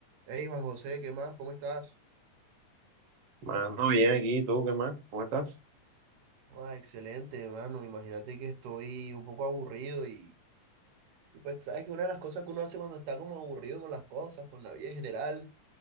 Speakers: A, on the right; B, on the right.
A: Hey Juan José, ¿qué más? ¿Cómo estás?
B: Mano, bien aquí, ¿y ¿tú qué más? ¿Cómo estás?
A: Joda, excelente, hermano. Imagínate que estoy un poco aburrido y, y pues sabes que una de las cosas que uno hace cuando está como aburrido con las cosas, con la vida en general,